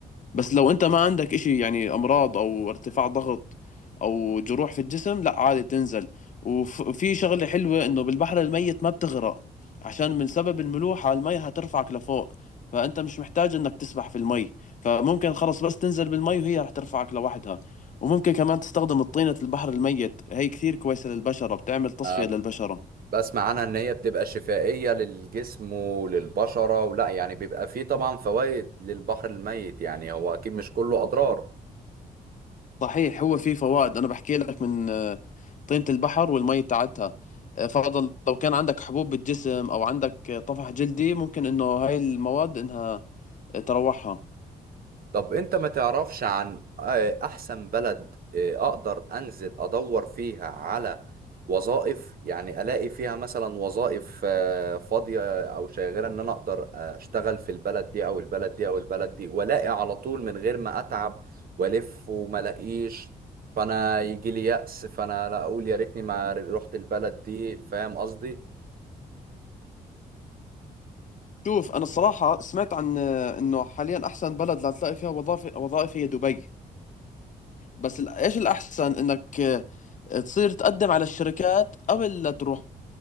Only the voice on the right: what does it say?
أه
بسمع عنها ان هي بتبقى شفائية للجسم وللبشرة ولا يعني بيبقى فيه طبعا فوائد للبحر الميت يعني هو اكيد مش كله اضرار
طب انت ما تعرفش عن آه، احسن بلد آه، اقدر انزل ادور فيها على وظائف يعني الاقي فيها مثلا وظائف آه، فاضية او شاغرة ان انا اقدر آه، اشتغل في البلد دي او البلد دي او البلد دي والاقي على طول من غير ما اتعب والف وما الاقيش فانا يجي لي يأس فانا لا اقول يا ريتني ما رحت البلد دي فاهم قصدي